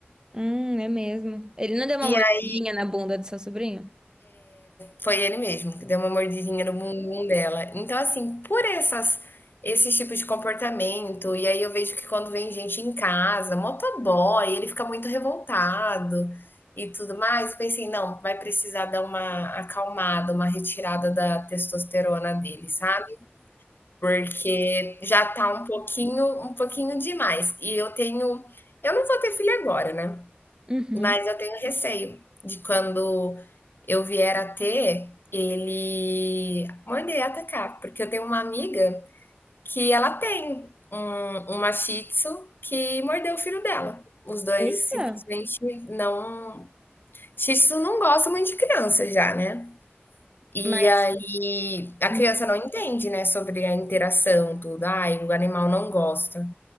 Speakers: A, on the right; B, on the left.
A: Hum, é mesmo. Ele não deu uma
B: E
A: mordidinha
B: aí
A: na bunda do seu sobrinho?
B: foi ele mesmo que deu uma mordidinha no bumbum dela. Então, assim, por essas esses tipos de comportamento, e aí eu vejo que quando vem gente em casa, motoboy, ele fica muito revoltado e tudo mais. Eu pensei, não, vai precisar dar uma acalmada, uma retirada da testosterona dele, sabe? Porque já tá um pouquinho, um pouquinho demais. E eu tenho, eu não vou ter filho agora, né?
A: Uhum.
B: Mas eu tenho receio de quando eu vier a ter, ele manda ele atacar, porque eu tenho uma amiga que ela tem um, uma Shih Tzu que mordeu o filho dela. Os dois
A: Eita.
B: simplesmente não. Shih Tzu não gosta muito de criança já, né? E
A: Mas
B: aí a
A: Uhum.
B: criança não entende, né, sobre a interação, tudo. Ai, o animal não gosta.